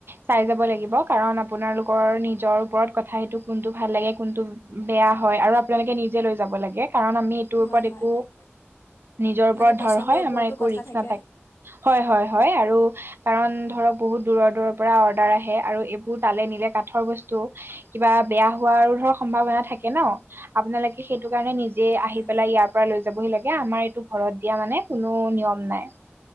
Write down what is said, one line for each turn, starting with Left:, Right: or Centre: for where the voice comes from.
Right: চাই যাব লাগিব। কাৰন আপোনালোকৰ নিজৰ ওপৰত কথা সেইটো কোনটো ভাল লাগে কোনটো বেয়া হয়। আৰু আপোনালোকে নিজে লৈ যাব লাগে, কাৰণ আমি এইটোৰ
Left: হয়
Right: ওপৰত
Left: হয়
Right: একো
Left: হয়
Right: নিজৰ ওপৰত
Left: মানে পচন্দৰ
Right: ধৰ হয়
Left: ওপৰতো
Right: আমাৰ একো
Left: কথা
Right: ৰিক্স
Left: থাকে
Right: নাথাকে। হয়, হয় আৰু কাৰন ধৰক বহুত দূৰৰ দূৰৰ পৰা অৰ্ডাৰ আহে, আৰু এইবোৰ তালে নিলে কাঠৰ বস্তু কিবা বেয়া হ ৱাৰো সম্ভাৱনা থাকে ন, আপোনালোকে সেইটো কাৰণে নিজ জেই আহি
Left: হয়
Right: পেলাই
Left: হয়।
Right: ইয়াৰ পৰা লৈ যাবহি লাগে, আমাৰ এইটো ঘৰত দিয়া মানে কোনো নিয়ম নাই।